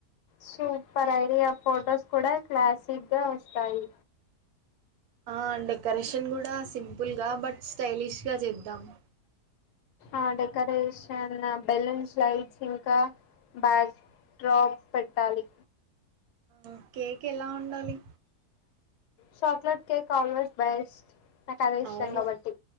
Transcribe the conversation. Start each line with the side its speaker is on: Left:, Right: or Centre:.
Left: సూపర్ ఐడియా, ఫొటోస్ కూడా క్లాసిక్ గా వస్తాయి.
Right: ఆ డెకరేషన్ కూడా సింపుల్ గా బట్ స్టైలిష్ గా చేద్దాము.
Left: ఆ డెకరేషన్ బెలూన్ స్లైడ్స్ ఇంకా బ్యాక్ డ్రాప్ పెట్టాలి.
Right: ఆ కేక్ ఎలా ఉండాలి?
Left: చాక్లేెట్ కేక్ కావల బైస్ట్ నాకదే ఇష్టం
Right: అవును
Left: కాబట్టి.